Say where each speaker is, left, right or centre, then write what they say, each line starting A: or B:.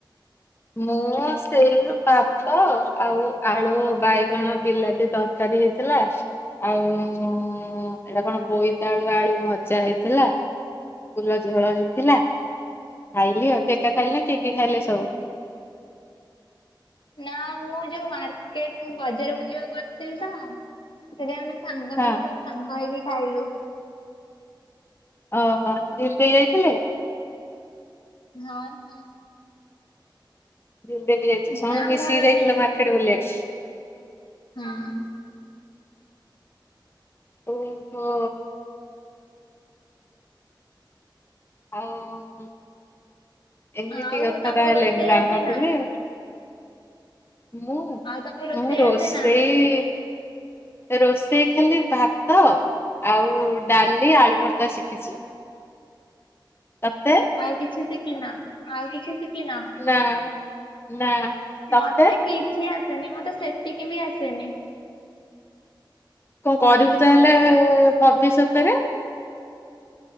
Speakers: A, on the left (about 30°); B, on the left (about 75°).
A: ମୁଁ ସେଇ ଭାତ ଆଉ ଆଳୁ ବାଇଗଣ ବିଲାତି ତର କାରୀ ହେଇଥିଲା ଆଉ ଏଇଟା କଣ ବୋଇତାଳୁ ଆଳୁ ଭଜା ହେଇଥିଲା। ଫୁଲ ଝୋଳ ହେଇଥିଲା ଖାଇଲି ଆଉ ତୁ ଏକା ଖାଇଲୁ ନା କିଏ କିଏ ଖାଇଲେ ସବୁ? <inaudible>
B: ନା ମୁଁ ଯୋଉ ମାର୍କେଟ ବଜାର ବୁଲିବାକୁ ଆସିଥିଲି ତ। ସେଠି ଆମେ ସାଙ୍ଗମାନଙ୍କ
A: ହଁ
B: ସହ ସାଙ୍ଗ ହେଇକି ଖାଇଲୁ।
A: ଓହୋ ଝିଲି ଦେଇ ଯାଇଥିଲେ?
B: ହଁ ହଁ।
A: <unintelligible> ଯାଇଥିଲୁ
B: ନା
A: ସମସ୍ତେ ମିଶିକି
B: ଧରନି
A: ଯାଇଥିଲେ ମାର୍କେଟ ବୁଲି ବାକୁ।
B: ହଁ।
A: ଓହୋ। ଆଉ ଏମିତି
B: ଆଉ
A: କଥା
B: ତମକୁ
A: ତାହେଲେ
B: ରୋଷେଇ
A: ମୁଁ ଜାଣିନଥିଲି।
B: ଆସେ ନା?
A: ମୁଁ
B: ଆଉ ତମକୁ ରୋଷେଇ
A: ମୁଁ ରୋଷେଇ।
B: ଆସେ ନା?
A: ରୋଷେଇ ଖାଲି ଭାତ ଆଉ ଡାଲି ଆଳୁ ଭର୍ତା ଶିଖିଛି। ତତେ।
B: ଆଉ କିଛି ଶିଖି ନ ଆଉ କିଛି ଶିଖି ନ।
A: ନା ମ ନା। ତତେ
B: ମତେ କିଛି ଆସେନି ମତେ ସେତିକି ବି ଆସେନି।
A: କଁ କରିବୁ ତାହେଲେ ଭବିଷ୍ୟତରେ।